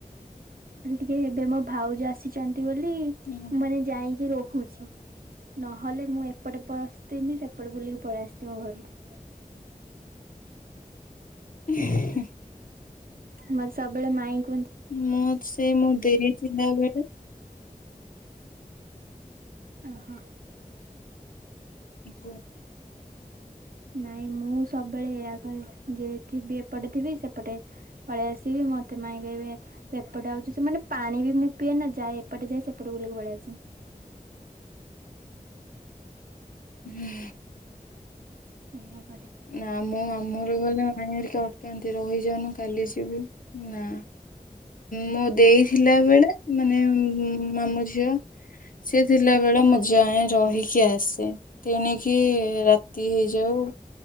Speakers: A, on the right; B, on the left.
A: ଖାଲି ଟିକେ ଏବେ ମୋ ଭାଉଜ ଆସିଛନ୍ତି। ବୋଲି
B: ଓହୋ।
A: ମାନେ ଯାଇଙ୍କି ରୋ ଛି ନହେଲେ ମୁଁ ଏପଟେ ପସଥିଲି ସେପଟେ ବୁଲିକି ପଳେଇ ଆସିଥିବି ମୋ ଘରକୁ।
B: <inaudible>
A: ଏମିତିକା। ମତେ ସବୁବେଳେ ମାଇଁଙ୍କୁ
B: ମୁଁ ସେଇ ମୁଁ ଦେଇ ଥିଲା ବେଳେ
A: ଓ ହୋ।
B: ଗୋ।
A: ନାଇଁ ମୁଁ ସବୁବେଳେ ଏୟା କରେ। ଯେ ଥିବି ଏପଟେ ଥିବି ସେପଟେ ପଳେଇ ଆସିବି। ମତେ ମାଇଁ କହବେ ତୁ ଏପଟେ ଆଉଛୁ ସେ ମାନେ ପାଣି ବି ମୁଁ ପିଏନା ଯାଏ। ଏପଟେ ଯାଏ ସେପଟେ ବୁଲିକି ପଳେଇ ଆସେ।
B: ହୁଁ।
A: ଏଇଆ।
B: ନା ମୁଁ ଆମ ଘ ଗଲେ ମାଣି ହେରିକି ଅଟକାନ୍ତି ରହିଯନୁ କାଲି ଯିବୁ। ନା ମୋ ଦେଇଥିଲା ବେଳେ ମାନେ ମାମୁଁ ଝିଅ ସି ଥିଲାବେଳେ ମୁଁ ଯାଏ ରହିକି ଆସେ ତଣି କିଏ ରାତି ହେଇଯାଉ